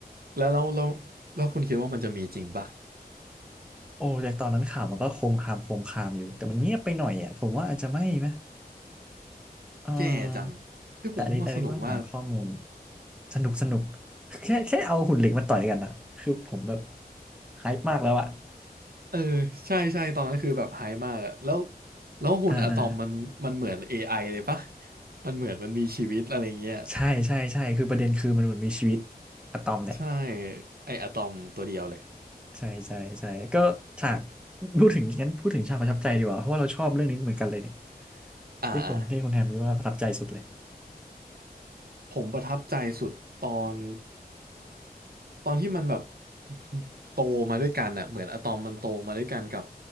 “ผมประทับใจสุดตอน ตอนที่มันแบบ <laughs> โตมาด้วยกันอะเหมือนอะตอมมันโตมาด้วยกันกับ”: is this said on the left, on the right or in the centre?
Right